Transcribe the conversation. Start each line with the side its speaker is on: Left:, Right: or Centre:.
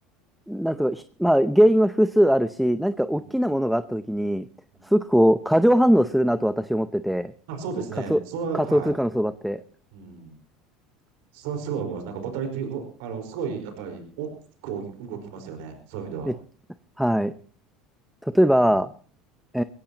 Centre: なんとかひ、まあ、原因は複数あるし、何か大きなものがあったときに、
Right: ん。うん。
Centre: すごくこう、過剰反応するなと私思ってて、
Right: あ、そうですね。
Centre: 仮想、
Right: それは、
Centre: 仮想通貨の相場って。
Right: はい。うん。それはすごい思います。なんかボタリティ、ぼあの、すごいやっぱり大きく動きますよね。そういう意味では。
Centre: めはい。例えば、
Right: うん。
Centre: え